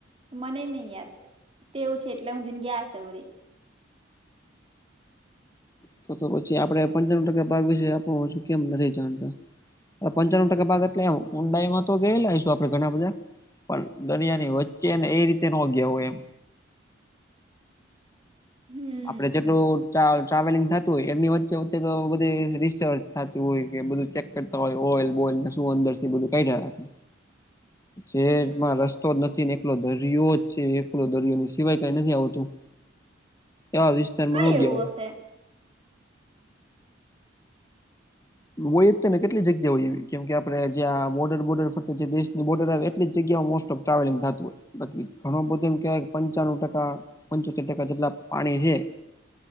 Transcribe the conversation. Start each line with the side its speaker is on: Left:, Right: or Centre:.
Right: મને નહીિ યાદ તેવું છે એટલે હું દિને ગ્યાસવડે
Left: તો તો પછી આપડે પંચાું ટકા ભાગ વિશે આપું કેમ નથી જાણતા પંચાણું ટકા ભાગ એટલે ઊંડાઈ માં તો ગયે લઈશું આપણે ઘણા બધા. પણ દરિયા ની વચ્ચે ને એ રીતે ન ગેવું એમ
Right: હમ
Left: આપડે જેટલું ટ્રાવેલિંગ થતું એમની વચ્ચે વચ્ચે તો બધ ર સાચું હોય કે બધું ચેક કરતા હોય ઓઈલ બોઇલને શું અંદર છે એ બધું કાઢ્યા રાખે.
Right: <inaudible>
Left: શરમાં
Right: હમ
Left: રસ્તો જ નથી ને એકલો દરિયો જ છે એકલો દરિયો સિવાય કઈ નથી આવતું એવા વિસ્તારમાં
Right: કઈ
Left: ઓગયોવ
Right: એવું હશે
Left: હોય ને કેટલી જગ્યા હો કેમ કે આપડે જ્યાં બર્ર બોર્ડર જે દેશની બર્ડર આવે એટલી જગ્યા મો ટ્રાવેલિંગ થતું હોય બાકી ઘણો બધો એમ કેહેવાય કે પંચાનુંું ટકા પંચોતેર ટકા જેટલા પાણી છે.